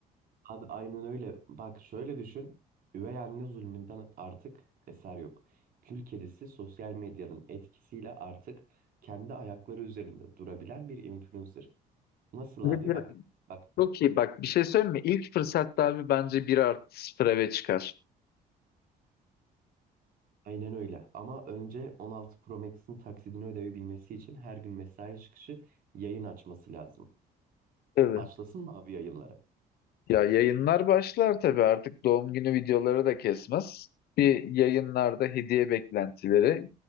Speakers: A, on the right; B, on the left.
A: Abi aynen öyle. Bak şöyle düşün. Üvey anne zulmünden artık eser yok. Kül kedisi sosyal medyanın etkisiyle artık kendi ayakları üzerinde durabilen bir influencer. Nasıl
B: Ve
A: abi?
B: bir,
A: Bak bak
B: çok iyi bak bir şey söyleyeyim mi ilk fırsatta abi bence bir artı sıfır eve çıkar.
A: aynen öyle. Ama önce 16 Pro Max'in taksidini ödeyebilmesi için her gün mesai çıkışı yayın açması lazım.
B: Evet.
A: Başlasın mı abi yayınları?
B: Ya yayınlar başlar tabii artık doğum günü videoları da kesmez. Bir yayınlarda hediye beklentileri